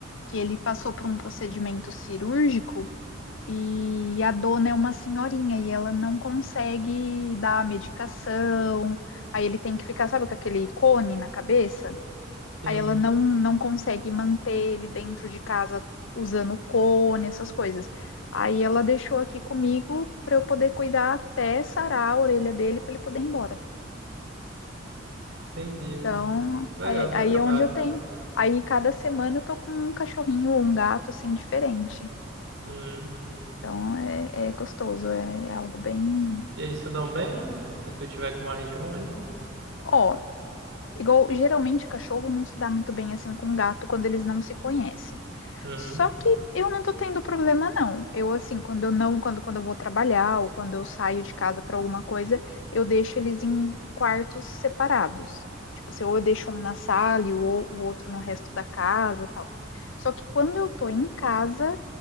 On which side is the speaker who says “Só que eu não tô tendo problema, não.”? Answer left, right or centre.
Left